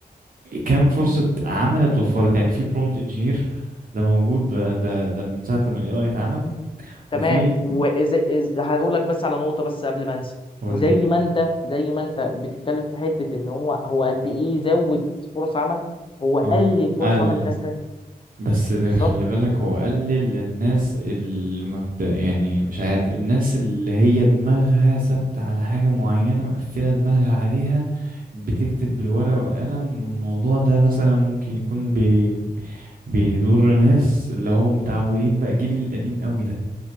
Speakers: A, on the right; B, on the left.
A: كام فرصة عمل اتوفرت يعني في برومبت انجينير ده موجود ده, ده ده من ساعة لما ال AI اتعمل
B: تمام
A: وفي
B: وإز... إز... هقول لك بس على نقطه بس قبل ما انسى
A: قولي
B: وزي ما انت زي ما انت بتتكلم في حته ان هو هو قد ايه زود فرص عمل هو قلل
A: اه
B: فرص
A: قل
B: عمل لناس تانية
A: بس ده
B: بالظبط
A: خلي بالك هو قلل للناس اللي ما بت... يعني مش عارف الناس اللي هي دماغها ثابتة على حاجة معينة مقفلة دماغها عليها بتكتب بالورقة والقلم والموضوع ده مثلا ممكن يكون بي... بيضر ناس اللي هو متعودين بقى الجيل القديم قوي ده